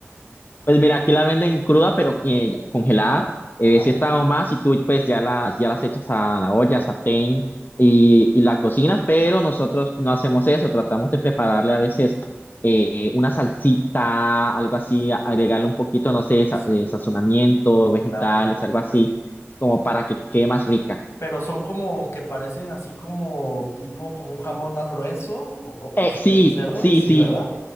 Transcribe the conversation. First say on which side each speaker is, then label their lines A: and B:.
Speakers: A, on the left (about 40°); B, on the left (about 70°).
A: Pues mira, aquí la venden cruda, pero eh, congelada. Eh,
B: Ajá.
A: si está más, y tú pues ya las, ya las echas a la olla, sartén y, y la cocinas, pero nosotros no hacemos eso, tratamos de prepararle a veces eh, una salsita, algo así, a- agregarle
B: Ah,
A: un poquito, no sé, sa-
B: sí,
A: eh, sazonamiento, vegetales,
B: claro.
A: algo así, como para que quede más rica.
B: Pero son como que parecen así como tipo, como un jamón más grueso o, co- o
A: Eh, sí,
B: de, de cerdo,
A: sí,
B: sí,
A: sí,
B: ¿verdad?